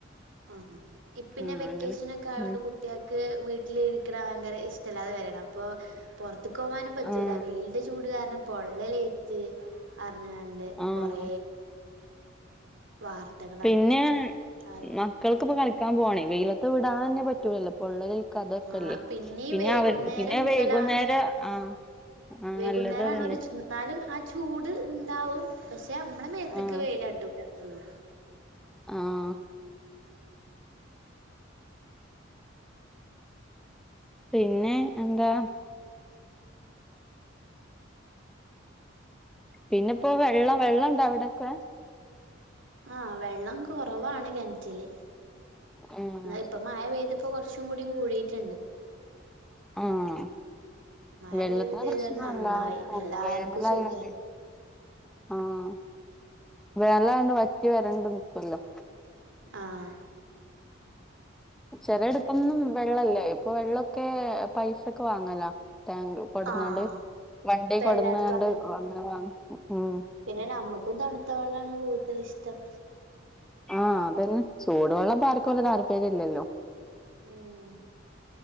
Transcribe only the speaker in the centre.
ഉം
അങ്ങനെ ഉം
ആഹ്
ആഹ്
പിന്നെ മ
മക്കൾക്ക്പ്പൊ കളിക്കാൻ പോണേ വെയ്ലത്ത് വിടാനെന്നെ പറ്റൂലല്ലോ പൊള്ളലേൽ ക്കതൊക്കെല്ലേ
പിന്നെ
അവർ പിന്നെ
വൈകുന്നേര ആഹ് ആഹ്
നല്ലത് അതന്നെ
ആഹ്
ആഹ് പിന്നെ എന്താ പിന്നെപ്പൊ വെള്ളം വെള്ളണ്ടോ അവിടൊക്കെ
ഏഹ്
ശരി
ആഹ്
വെള്ളത്തിന്
പ്രശ്നല്ലാവർക്കും
ഉണ്ട് വേനലായോണ്ടെയ്
ആഹ് വേനലായോണ്ട് വറ്റി വരണ്ട് നിക്കോല്ലോ
ചെലേടത്തൊന്നും വെള്ളല്ല ഇപ്പൊ വെള്ളൊക്കെ പൈസക്ക് വാങ്ങലാ ടേങ്ക് കൊട്ന്നാണ്ട്
വണ്ടീ
കൊട്ന്നാണ്ട്
അങ്ങനെ വാങ്ങാ ഉം
ആഹ് അതന്നെ ചൂടുവെള്ളപ്പ ആർക്കും വല്ല്യേ താല്പര്യല്ലല്ലോ